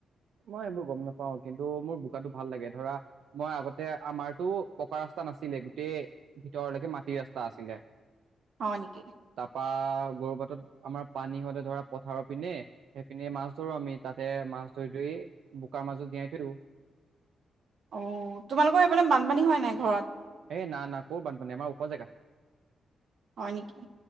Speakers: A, on the right; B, on the right.
A: মই এইবোৰ গম নাপাও কিন্তু মোৰ বোকাটো ভাল লাগে ধৰা মই আগতে আমাৰতো পকা ৰাস্তা ৰাস্তা নাছিলে গোটেই ভিতৰলৈকে মাটি ৰাস্তা আছিলে
B: হয় নেকি?
A: তাপা গৰু বাটত আমাৰ পানী হ'লে ধৰা পথাৰৰ পিনে সেই পিনে মাছ ধৰো আমি তাতে মাছ ধৰি ধৰি বোকাৰ মাজত জীয়াই থৈ দিও
B: অ তোমালোকৰ এই পিনে বানপানী হয় নাই ঘৰত
A: এ না না কৰ বানপানী আমাৰ ওখজেগা
B: হয় নেকি।